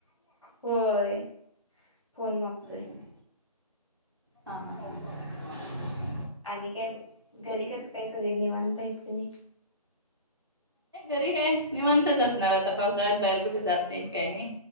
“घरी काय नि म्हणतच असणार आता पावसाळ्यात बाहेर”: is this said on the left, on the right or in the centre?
Right